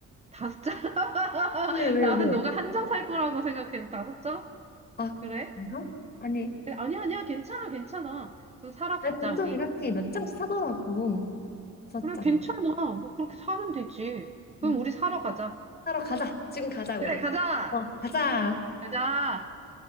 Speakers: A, on the right; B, on the left.
A: 다섯 장? <laughs>
B: 왜, 왜,
A: 나는
B: 왜?
A: 너가 한 장 살 거라고 생각해서 다섯 장?
B: 아,
A: 그래?
B: 그런가? 아니,
A: 그래, 아니야, 아니야. 괜찮아, 괜찮아. 그럼 사러 가자,
B: 나 보통
A: 우리.
B: 이렇게 몇 장씩 사더라고. 다섯
A: 그래,
B: 장.
A: 괜찮아. 뭐 그렇게 사면 되지. 그럼
B: 음,
A: 우리 사러 가자.
B: 사러 가자. 지금 가자, 우리.
A: 그래, 가자!
B: 와, 가자.
A: 가자!